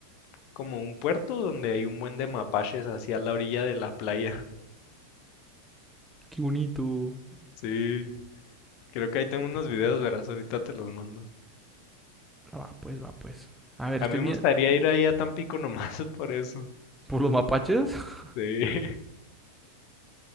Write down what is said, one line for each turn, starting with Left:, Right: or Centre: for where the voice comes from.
Left: como un puerto donde hay un buen de mapaches así a la orilla de la playa. <laughs>
Centre: Qué bonito.
Left: Sí, creo que ahí tengo unos videos, verás, ahorita te los mando.
Centre: Ah, Va, pues, va, pues. A ver,
Left: A
Centre: estoy
Left: mí me
Centre: bien.
Left: gustaría ir ahí a Tampico nomás <laughs> por eso.
Centre: ¿Por los mapaches? <laughs>
Left: Sí. <laughs>